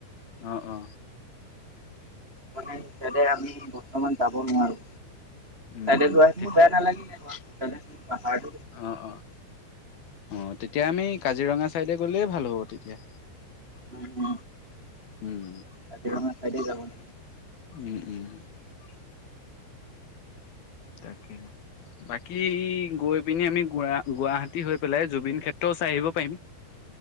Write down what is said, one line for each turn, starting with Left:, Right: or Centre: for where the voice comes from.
Left: অ অ অ
Right: মানে সে আমি বৰ্তমান যাব নোৱাৰো।
Left: উম উম
Right: ডেজাই
Left: তেতিয়া
Right: ম বেয়া নেলাগিলে। পাহাৰ
Left: অ' অ', অ' তেতিয়া, আমি কাজিৰঙা চাইডে গ'লেই ভাল হ'ব, তেতিয়া।
Right: উম উম।
Left: উম
Right: কাজিৰঙা চাইডে যাওঁ। <inaudible>
Left: উম। তাকে বাকী গৈ পিনি আমি গ গুৱাহাটী হৈ পেলাই জুবিন ক্ষেত্ৰও চাই আহিব পাৰিম।